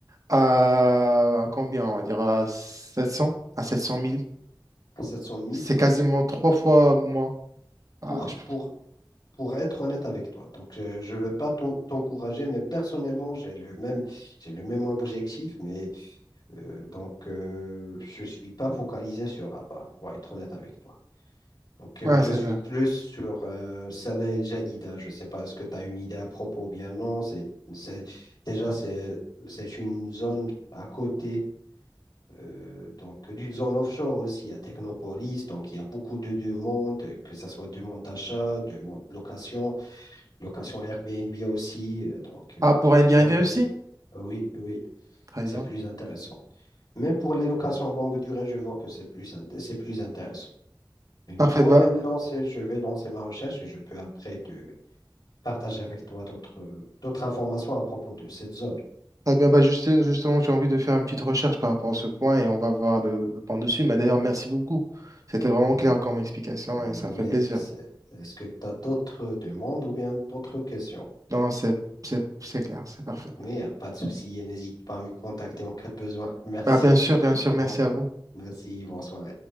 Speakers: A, on the right; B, on the left.
A: à, à combien, on va dire, à 700 à sept cent mille
B: 700 000.
A: C'est
B: Donc
A: quasiment trois fois moins. Ah,
B: pour,
A: je...
B: pour pour être honnête avec toi. Donc, euh, je ne veux pas t'en- t'encourager, mais personnellement, j'ai le même, j'ai le même objectif, mais euh, donc, euh, je ne suis pas focalisé sur Rabat, pour être honnête avec toi. Donc, euh,
A: ouais,
B: je
A: c'est
B: suis
A: ça.
B: plus sur euh, Salah El Jadida. Je ne sais pas, est-ce que tu as une idée à propos ou bien non. C'est, c'est- déjà, c'est, c'est une zone à côté. euh, donc, d'une zone offshore aussi à Technopolis. Donc, il y a beaucoup de demandes, que ce soit demande d'achat, demande de location. Location Airbnb aussi. euh, Donc, euh,
A: Ah, pour
B: je
A: un
B: vois
A: dérivé
B: que
A: aussi?
B: c'est... Oui, oui,
A: Très
B: c'est
A: bien.
B: plus intéressant. Même pour les locations longue durée, je vois que c'est plus, int- c'est plus intéressant. Et nous
A: Parfait,
B: pouvons
A: bah,
B: même lancer, je vais lancer ma recherche et je peux après te partager avec toi d'autres euh, d'autres informations à propos de cette zone.
A: très bien, bah, juste- justement, j'ai envie de faire une petite recherche par rapport à ce point et on va voir le, le point dessus. Mais d'ailleurs, merci beaucoup. C'était vraiment
B: M-
A: clair comme explication
B: Mais
A: et ça fait plaisir.
B: c'est- est-ce que tu as d'autres demandes ou bien d'autres questions?
A: Non, c'est, c'est, c'est clair, c'est parfait.
B: Mais euh, pas de souci, et n'hésite pas à me contacter en cas de besoin. Merci.
A: Bah, bien sûr, bien sûr, merci
B: Bon,
A: à vous.
B: merci, bonsoir.